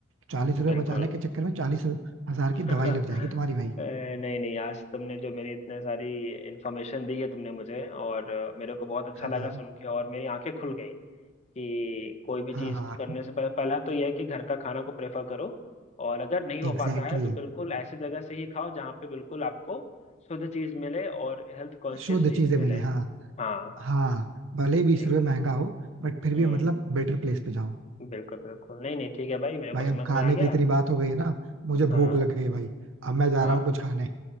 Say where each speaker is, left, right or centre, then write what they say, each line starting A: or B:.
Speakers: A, on the right; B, on the left.
A: चालीस रुपए
B: बिल्कुल
A: बचाने के चक्कर में चालीस हजार
B: <laughs>
A: की दवाई लग जाएगी तुम्हारी भाई
B: अ, नहीं नहीं आज तुमने जो मेरी इतने सारी इन्फॉर्मेशन दी है तुमने मुझे और अ, मेरे को बहुत अच्छा
A: हाँ
B: लगा
A: हाँ
B: सुन के और मेरी आंखें खुल गई कि कोई भी
A: हाँ
B: चीज़
A: हाँ
B: को करने से पहले पहला तो यह है कि घर का खाना को प्रेफर करो और अगर नहीं हो
A: एग्जैक्टली
B: पाता है तो बिल्कुल
A: exactly.
B: ऐसी जगह से ही खाओ जहाँ पे बिल्कुल आपको शुद्ध चीज़ मिले और हेल्थ कॉन्शियस
A: शुद्ध
B: चीज़
A: चीजें
B: मिले
A: मिले हाँ
B: हाँ
A: हाँ भले ही बीस
B: ठीक
A: रुपए महंगा
B: है
A: हो बट फिर भी
B: हम्म
A: मतलब बेटर प्लेस पे जाओ
B: बिल्कुल बिल्कुल नहीं नहीं ठीक है भाई मेरे को
A: भाई
B: समझ
A: अब खाने
B: में आ गया
A: की इतनी बात हो गई है ना मुझे
B: हाँ
A: भूख लग गई है भाई अब मैं जा
B: हाँ
A: रहा हूँ कुछ खाने